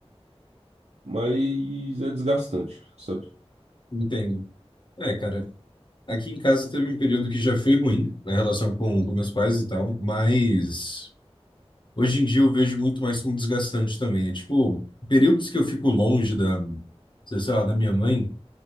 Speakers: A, on the right; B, on the left.
A: mas é desgastante, sabe?
B: Entendo. É, cara, aqui em casa teve um período que já foi ruim na relação com, com meus pais e tal, mas hoje em dia eu vejo muito mais como desgastante também. É tipo, períodos que eu fico longe da, sei lá, da minha mãe.